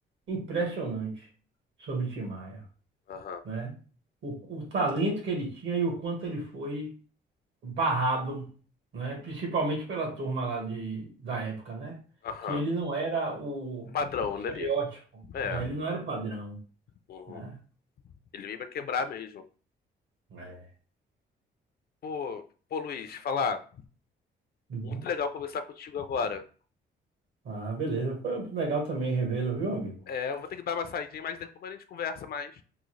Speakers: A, on the right (about 70°); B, on the left (about 50°).
A: impressionante sobre Tim Maia,
B: Aham.
A: né? o, o talento que ele tinha e o quanto ele foi barrado, né? Principalmente pela turma lá de, da época, né?
B: Aham.
A: Que ele não era o
B: O padrão
A: estereótipo,
B: dali. É.
A: é, ele não era o padrão,
B: Uhum.
A: né?
B: Ele veio pra quebrar mesmo.
A: É.
B: Pô, pô, Luiz, falar.
A: Uhum.
B: Muito legal conversar contigo agora.
A: Ah, beleza. Foi legal também revê-lo, viu, amigo?
B: É, eu vou ter que dar uma saidinha, mas daqui a pouco a gente conversa mais.